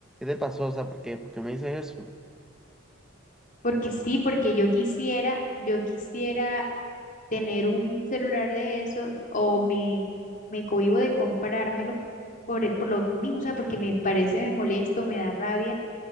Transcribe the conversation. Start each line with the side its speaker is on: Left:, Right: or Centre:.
Centre: te pasó? O sea, ¿por qué, por qué me dices eso?
Left: Porque sí, porque yo quisiera, yo quisiera tener un celular de esos o me, me cohíbo de comprármelo por, por lo mismo, o sea, porque me parece, me molesto, me da rabia